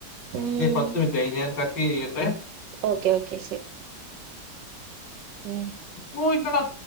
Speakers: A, on the right; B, on the left.
A: ഉം
B: ഇതെ പത്ത് മിൻറ്റായി ഇനി ഞാൻ കട്ട് ചെയ്യട്ടെ
A: ഓക്കെ ഓക്കെ ശരി ഉം
B: ഇസ്‌കൂൾ ണ്ടടേ